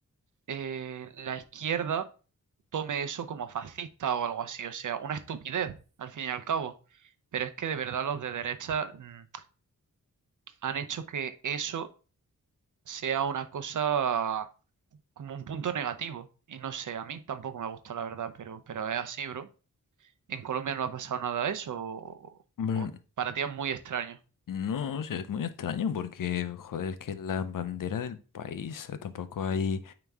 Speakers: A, on the right (about 65°); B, on the left (about 75°).
A: eh, la izquierda tome eso como fascista o algo así. O sea, una estupidez, al fin y al cabo. Pero es que de verdad los de derecha mm, han hecho que eso sea una cosa como un punto negativo. Y no sé, a mí tampoco me gusta la verdad, pero, pero es así, bro. En Colombia no ha pasado nada de eso, o,
B: Bueno,
A: o para ti es muy extraño.
B: no, o sea, es muy extraño porque, joder, es que la bandera del país, o tampoco hay,